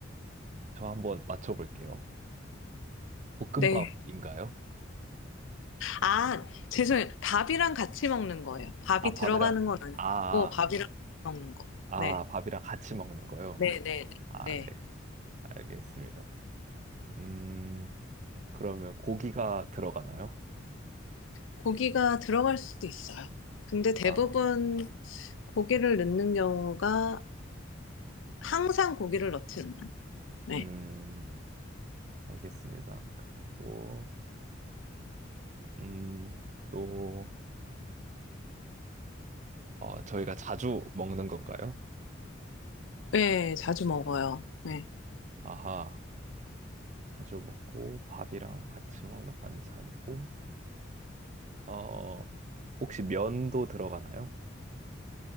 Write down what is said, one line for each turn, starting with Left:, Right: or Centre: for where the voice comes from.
Right: 저 한번 맞춰볼게요. 볶음밥인가요?
Left: 네. 아, 죄송해요. 밥이랑 같이 먹는 거예요. 밥이
Right: 아, 밥이랑
Left: 들어가는 건 아니고,
Right: 아, 아.
Left: 밥이랑 같이 먹는 거.
Right: 아,
Left: 네.
Right: 밥이랑 같이 먹는 거요?
Left: 네, 네, 네,
Right: 아,
Left: 네.
Right: 네. 알겠습니다. 음, 그러면 고기가 들어가나요?
Left: 고기가 들어갈 수도 있어요. 근데 대부분
Right: 아,
Left: 고기를 넣는 경우가 항상 고기를 넣지는 않아요. 네.
Right: 음, 알겠습니다. 그리고, 음, 또, 어, 저희가 자주 먹는 건가요?
Left: 네, 자주 먹어요. 네.
Right: 아하, 자주 먹고 밥이랑 같이 먹는 반찬이고, 어, 혹시 면도 들어가나요?